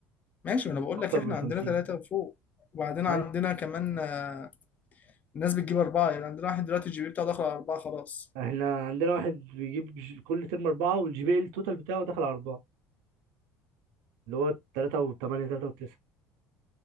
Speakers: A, on the left (about 30°); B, on the right (about 85°).
A: ماشي ما أنا بقول
B: اكتر
A: لك احنا
B: من 50
A: عندنا تلاتة وفوق وبعدين عندنا
B: ايوه
A: كمان آه، ناس بتجيب أربعة يعني عندنا واحد دلوقتي الجي بي بتاعه داخل على أربعة خلاص
B: احنا عندنا واحد بيجيب ج- كل ترم اربعه والجي بي التوتال بتاعه داخل على اربعه اللي هو 3 و8 3 و9